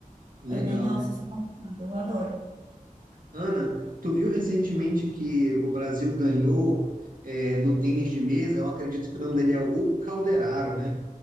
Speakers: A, on the right; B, on the right.
A: legal.
B: É bem, nossa,
A: né?
B: eu sou apaixonada, eu adoro.
A: Ana, tu viu recentemente que o Brasil ganhou é, no tênis de mesa? Eu acredito que o nome dele é o Calderaro, né?